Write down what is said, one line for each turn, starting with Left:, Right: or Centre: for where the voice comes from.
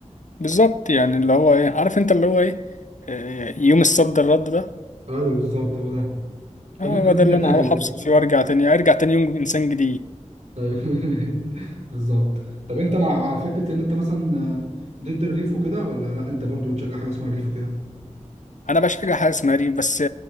Left: بالظبط يعني اللي هو ايه عارف انت اللي هو ايه آه، يوم الصد الرد ده
Right: ايوه بالظبط هو ده كلنا
Left: اه هو
Right: عملنا
Left: ده اللي انا
Right: تقريبا
Left: هروح افصل فيه وارجع تاني ارجع تاني يوم انسان جديد
Right: طيب <laughs> بالظبط طب انت مع فكره ان انت مثلا ضد الريف وكده ولا لا انت برضو بتشجع حاجه اسمها الريف وكده
Left: انا بشجع حاجه اسمها ريف بس